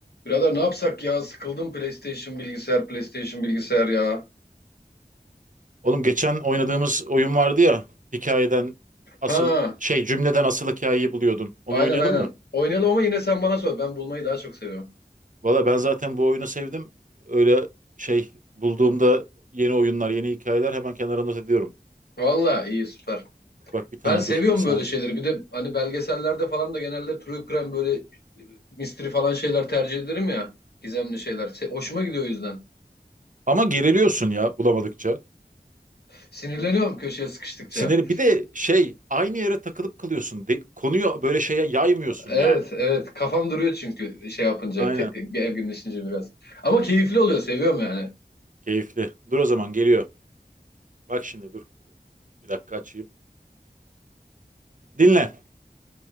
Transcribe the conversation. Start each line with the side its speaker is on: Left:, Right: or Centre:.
Left: Birader ne yapsak ya? Sıkıldım PlayStation bilgisayar, PlayStation bilgisayar ya.
Right: Oğlum geçen oynadığımız oyun vardı ya. Hikayeden asıl
Left: Ha,
Right: şey cümleden asıl hikayeyi buluyordun. Onu
Left: aynen
Right: oynayalım
Left: aynen.
Right: mı?
Left: Oynayalım ama yine sen bana sor. Ben bulmayı daha çok seviyorum.
Right: Valla ben zaten bu oyunu sevdim. Öyle şey bulduğumda yeni oyunlar, yeni hikayeler hemen kenara not ediyorum.
Left: Valla iyi süper.
Right: Bak bir tane
Left: Ben seviyorum
Right: dur, bir saniye.
Left: böyle şeyleri. Bir de hani belgesellerde falan da genelde true crime böyle mystery falan şeyler tercih ederim ya. Gizemli şeyler. Se- Hoşuma gidiyor o yüzden.
Right: Ama geriliyorsun ya bulamadıkça.
Left: Sinirleniyorum köşeye sıkıştıkça.
Right: Sinirli. Bir de şey aynı yere takılıp kalıyorsun. De- konuyu böyle şeye yaymıyorsun
Left: Evet
Right: yani.
Left: evet. Kafam duruyor çünkü şey yapınca.
Right: Aynen.
Left: Te- gerginleşince biraz. Ama keyifli oluyor. Seviyorum yani.
Right: Keyifli. Dur o zaman geliyor. Bak şimdi dur. Bir dakika açayım. Dinle.